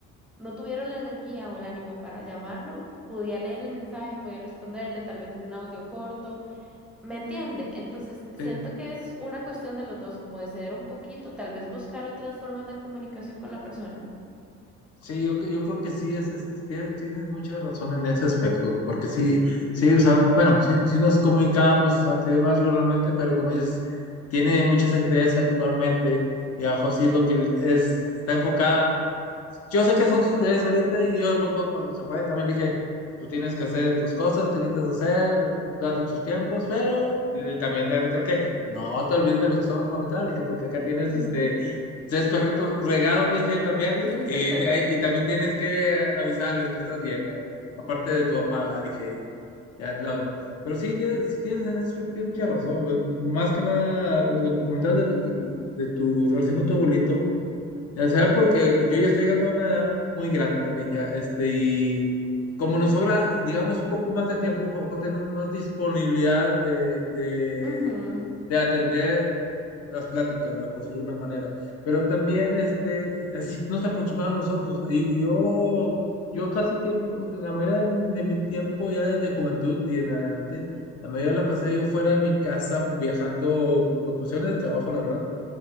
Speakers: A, in the centre; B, on the left.
A: no tuviera la energía o el ánimo para llamarlo, podía leer el mensaje, podía responderle, tal vez en un audio corto, ¿me entiende? Entonces, siento
B: Sí,
A: que es una cuestión de los dos, como de ceder un poquito, tal vez buscar otras formas de comunicación con la persona.
B: sí, yo, yo creo que sí, es, es- tie- tienes mucha razón en ese aspecto, porque sí, sí, o sea, bueno, sí, sí nos comunicábamos antes más regularmente, pero como dices, tiene muchas actividades actualmente y abajo sí es lo que es, está enfocada yo sé que son sus prioridades ahorita y yo cuando se fue también dije, tú tienes que hacer tus cosas que necesitas hacer, date tus tiempos, pero le- también le recalqué, no te olvides de los que estamos por acá, le dije, porque acá tienes
A: Ujú.
B: este tres perritos regados, le dije también, le
A: <laughs>
B: dije, y, ti- y también tienes que avisarles que estás bien, ¿verdad? aparte de tu papá, le dije, y ya lo demás. Pero sí, tienes, sí tienes en eso tienes mucha razón, güey. más que nada, lo que comentabas de, de tu relación con tu abuelito, ya Será porque yo ya estoy llegando a una edad muy grande también ya, este, y como nos sobra, digamos, un poco más de tiempo, a lo mejor tenemos más disponibilidad de, de,
A: Ujú,
B: de atender las pláticas, ¿verdad? Por decirlo de alguna manera. Pero también, este, así nos acostumbramos nosotros. Y y yo, yo casi tiempo, la mayoría de, mi de mi tiempo ya de juventud y en adelante, la mayoría la pasé yo fuera de mi casa fu- viajando por cuestiones de trabajo, la verdad.